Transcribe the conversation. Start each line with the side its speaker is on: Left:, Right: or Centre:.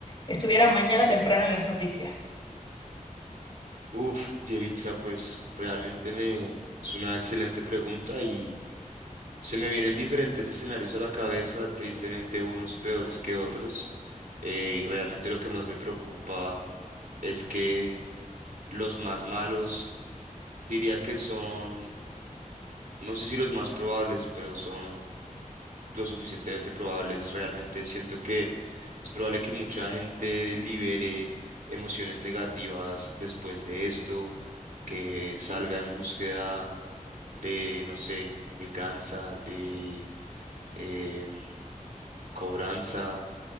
Left: estuviera mañana temprano en las noticias?
Right: Uf, Yelitza, pues realmente me es una excelente pregunta y se me vienen diferentes escenarios a la cabeza, tristemente unos peores que otros. eh, y realmente lo que más me preocupa es que los más malos, diría que son, no sé si los más probables, pero son lo suficientemente probables. Realmente siento que es probable que mucha gente libere emociones negativas después de esto, que salga en búsqueda de, no sé, venganza, de eh, cobranza,